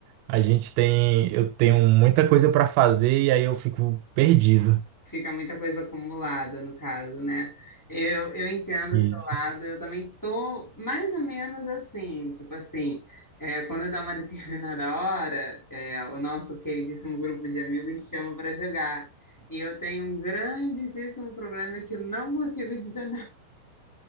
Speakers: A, on the right; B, in the centre.
A: a gente tem. Eu tenho muita coisa para fazer, e aí eu fico perdido.
B: Fica muita coisa acumulada, no caso, né? Eu, eu entendo
A: E,
B: o seu lado, eu também tô mais ou menos assim, tipo assim, é, quando dá uma <laughs> determinada hora, é, o nosso queridíssimo grupo de amigos chama para jogar. E eu tenho um grandíssimo problema que eu não consigo <laughs> dizer